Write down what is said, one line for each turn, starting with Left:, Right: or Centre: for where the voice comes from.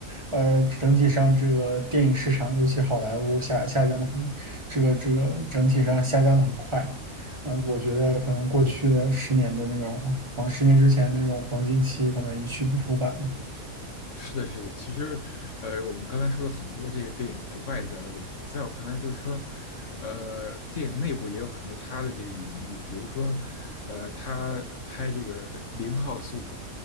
Right: 呃，整体上这个电影市场，尤其好莱坞下下降的很，这个这个整体上下降的很快。嗯，呃我觉得可能过去的十年的那种黄，十年之前那种黄金期，可能一去不复返了。
Left: 是的，是的，其实，呃，我们刚才说了很多这个电影的外在的问题，在我看来，就是说，呃，电影内部也有很多它的这个隐喻，比如说，呃，他拍这个呃零号宿主，